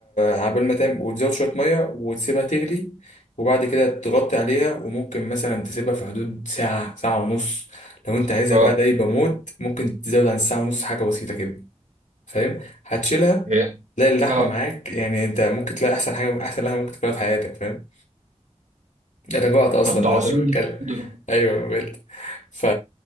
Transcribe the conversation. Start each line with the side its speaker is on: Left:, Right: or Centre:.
Left: عبال ما تعمل وتزود شوية مية وتسيبها تغلي وبعد كده تغطي عليها وممكن مثلا تسيبها في حدود ساعة ساعة ونص لو انت عايزها
Right: اه
Left: بقى دايبة موت ممكن تزود عن ساعة ونص حاجة بسيطة كده فاهم هتشيلها
Right: هي
Left: تلاقي اللحمة
Right: اه
Left: معاك يعني انت ممكن تلاقي أحسن حاجة أحسن لحمة ممكن تاكلها في حياتك فاهم انا جوعت اصلا
Right: طب ده
Left: دلوقتي
Right: عظيم
Left: وانا بتكلم
Right: ده
Left: ايوه بجد ف...